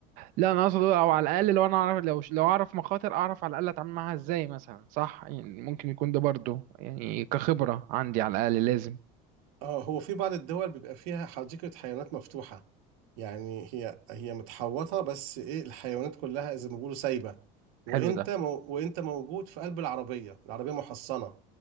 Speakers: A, on the right; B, on the right.
A: لا انا اقصد او على الاقل لو انا اعرف لو لو اعرف مخاطر اعرف على الاقل اتعامل معاها ازاي مثلا صح يعني ممكن يكون ده برضو يعني كخبره عندي على الاقل لازم
B: اه هو في بعض الدول بيبقى فيها حديقة حيوانات مفتوحة يعني هي هي متحوطة بس ايه الحيوانات كلها زي ما بيقولوا سايبة
A: حلو
B: وانت
A: ده
B: مو... وانت موجود في قلب العربية العربية محصنة